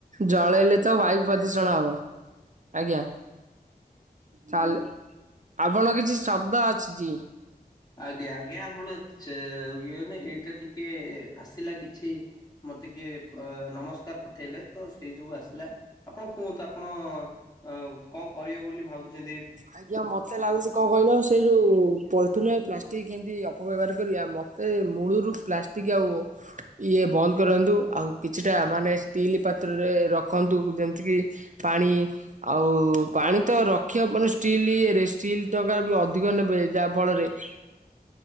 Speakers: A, on the right; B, on the left.
A: ଜଳେଇଲେ ତ ବାୟୁ ପ୍ରଦୂଷଣ ହବ। ଆଜ୍ଞା। ତାହଲେ ଆପଣଙ୍କ କିଛି ଶବ୍ଦ ଆସୁଚି।
B: ଆଜ୍ଞା। ଆଜ୍ଞା ଆପଣ ଚେ ଇଏ ନେ ଏଇଟା ଟିକେ ଆସିଲା କିଛି ମୋତେ କିଏ ଅ ନମସ୍କାର ପଠେଇଲେ ତ ସେଇ ଯୋଗୁ ଆସିଲା। ଆପଣ କୁହନ୍ତୁ ଆପଣ ଅ କଣ କରିବେ ବୋଲି ଭାବୁଚନ୍ତି।
A: ଆଜ୍ଞା ମତେ ଲାଗୁଚି କଣ କହିଲ ସେଇ ଯୋଉ ପଲିଥିନ୍ ଆଉ ପ୍ଲାଷ୍ଟିକ୍ କେମିତି ଅପବ୍ୟବହାର କରିବା ମୋତେ ମୂଳରୁ ପ୍ଲାଷ୍ ଷ୍ଟିକ୍ ଆଉ ଇଏ ବନ୍ଦ କରନ୍ତୁ। ଆଉ କିଛିଟା ମାନେ ଷ୍ଟିଲ୍ ପାତ୍ରରେ ରଖନ୍ତୁ। ଯେମିତି କିି ପାଣି ଆଉ ପାଣି ତ ରଖି ହବନି ଷ୍ଟିଲ୍ ଇଏରେ ଷ୍ଟିଲ୍ ଟଙ୍କା ବି ଅଧିକ ନେବେ ଯାହା ଫଳରେ <unintelligible>